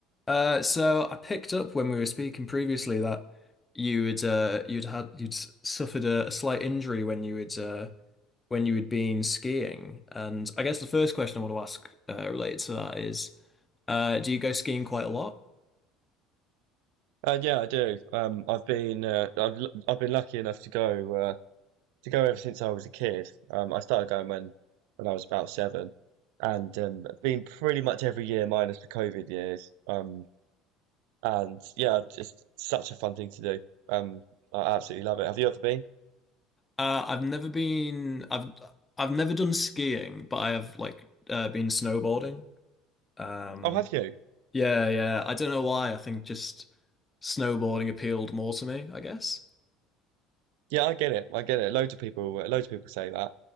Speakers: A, on the left; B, on the right.
A: Uh, so I picked up when we were speaking previously that you had uh, you'd had you'd s- suffered a, a slight injury when you had uh, when you had been skiing, and I guess the first question I want to ask uh, related to that is, uh, do you go skiing quite a lot?
B: Uh, yeah, I do. Um, I've been uh, I've l- I've been lucky enough to go uh, to go ever since I was a kid. Um, I started going when when I was about seven, and um, been pretty much every year minus the COVID years. Um, and yeah, just such a fun thing to do. Um, I absolutely love it. Have you ever been?
A: Uh, I've never been I've I've never done skiing, but I have like uh, been snowboarding. Um,
B: Oh, have you?
A: yeah, yeah. I don't know why. I think just snowboarding appealed more to me, I guess.
B: Yeah, I get it. I get it. Loads of people, uh, loads of people say that.